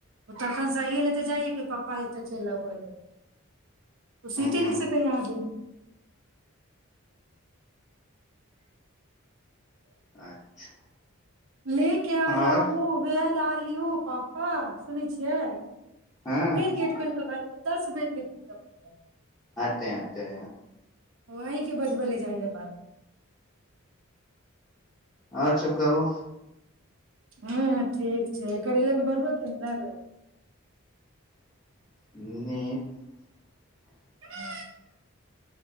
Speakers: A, on the right; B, on the left.
A: तखन सही ले तऽ जाइय कि पप्पा एतऽ चलि अब त सीट
B: ह
A: नहि सकै यहाँ भ
B: अच्छा
A: ले के आल
B: आओर
A: हूँ व ल लिौ पाप हँ सुनै छियै
B: हँ
A: फेर गेट खोलिके भ जा दस बेर गेट खोलिकऽ जा
B: अतते
A: वहीँके बजबै ले चाहए बात
B: आओर सब कहू
A: हँ ठीक करैले के बढ़ब के ने लागै
B: न
A: ह